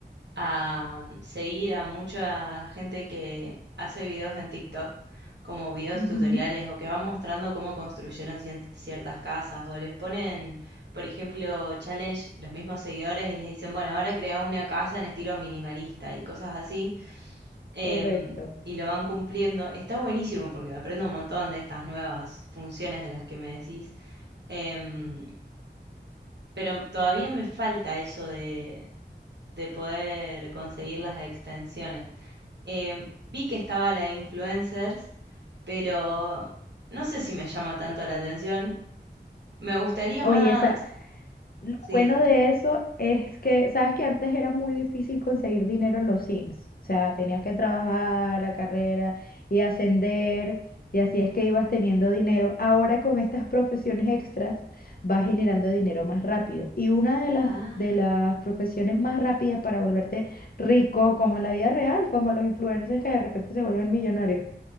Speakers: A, on the right (about 70°); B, on the left (about 55°).
A: a mm, seguir a mucha gente que hace videos en TikTok, como videos
B: Ujú.
A: tutoriales o que van mostrando cómo construyeron cien- ciertas casas o les ponen, por ejemplo, challenge los mismos seguidores y les dicen, bueno, ahora crea una casa en estilo minimalista y cosas así. em,
B: Correcto.
A: y lo van cumpliendo. Está buenísimo porque aprendo un montón de estas nuevas funciones de las que me decís. Em, pero todavía me falta eso de, de poder conseguir las extensiones. Eh, vi que estaba la de influencers, pero no sé si me llama tanto la atención. Me gustaría
B: Oye,
A: más.
B: esa, Lo
A: Sí.
B: bueno de eso es que, sabes que antes era muy difícil conseguir dinero en los Sims. O sea, tenías que trabajar la carrera y ascender, y así es que ibas teniendo dinero. Ahora con estas profesiones extras vas generando dinero más rápido. Y una de las,
A: Ah,
B: de las profesiones más rápidas para volverte rico, como en la vida real, como los influencers que de repente se vuelven millonarios,